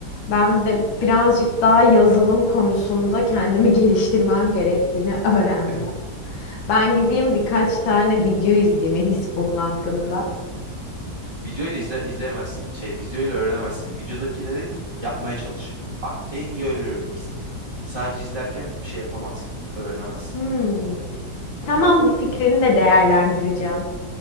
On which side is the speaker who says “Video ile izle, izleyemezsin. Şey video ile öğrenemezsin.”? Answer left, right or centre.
Right